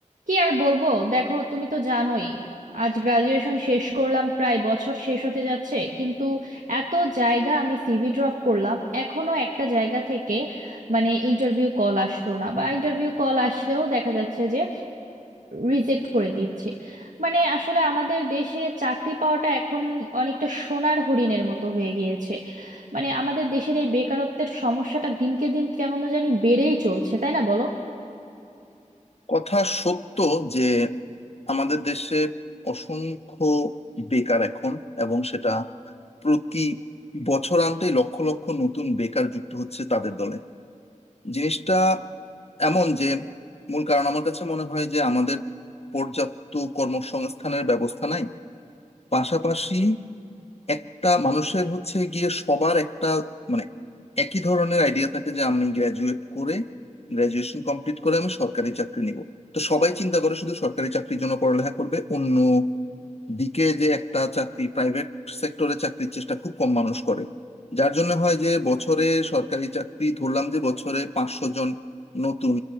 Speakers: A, on the right (about 75°); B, on the left (about 50°).
A: কি আর বলবো দেখো তুমি তো জানোই আজ গ্রাজুয়েশন শেষ করলাম প্রায় বছর শেষ হতে যাচ্ছে কিন্তু এত জায়গা আমি সিভি ড্রপ করলাম এখনো একটা জায়গা থেকে মানে ইন্টারভিউ কল আসলো না বা ইন্টারভিউ কল আসলেও দেখা যাচ্ছে যে রিজেক্ট করে দিচ্ছে মানে আসলে আমাদের দেশে চাকরি পাওয়াটা এখন অনেকটা সোনার হরিণের মতো হয়ে গিয়েছে মানে আমাদের দেশের এই বেকারত্বের সমস্যাটা দিনকে দিন কেমন জানি বেড়েই চলছে তাই না বলো
B: কথা সত্য যে আমাদের দেশে অসংখ্য বেকার এখন এবং সেটা প্রতি বছরান্তে লক্ষ লক্ষ নতুন বেকার যুক্ত হচ্ছে তাদের দলে জিনিসটা এমন যে মূল কারণ আমার কাছে মনে হয় যে আমাদের পর্যাপ্ত কর্মসংস্থানের ব্যবস্থা নাই পাশাপাশি একটা মানুষের হচ্ছে গিয়ে সবার একটা মানে একই ধরনের আইডিয়া থাকে যে আমি গ্রাজুয়েট করে গ্রাজুয়েশন কমপ্লিট করে আমি সরকারি চাকরি নিব তো সবাই চিন্তা করে শুধু সরকারি চাকরির জন্য পড়ালেখা করবে অন্য দিকে যে একটা চাকরি প্রাইভেট সেক্টরে চাকরির চেষ্টা খুব কম মানুষ করে যার জন্য হয় যে বছরে সরকারি চাকরি ধরলাম যে বছরে পাঁচশো জন নতুন